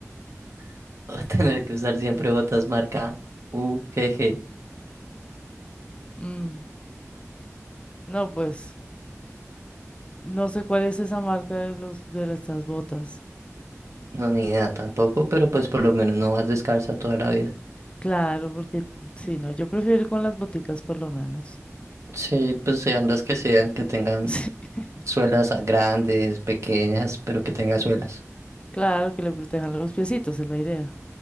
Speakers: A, on the right; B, on the left.
A: <laughs> o tener que usar siempre botas marca UGG.
B: Mm, No, pues, no sé cuál es esa marca de los, de estas botas.
A: No, ni idea tampoco, pero pues por lo menos no vas descalza toda la vida.
B: Claro, porque sí, no, yo prefiero ir con las boticas por lo menos.
A: Sí, pues sean las que sean, que tengan
B: <laughs> Sí,
A: suelas ah, grandes, pequeñas, pero que tenga suelas.
B: claro, que le protejan los piecitos, es la idea.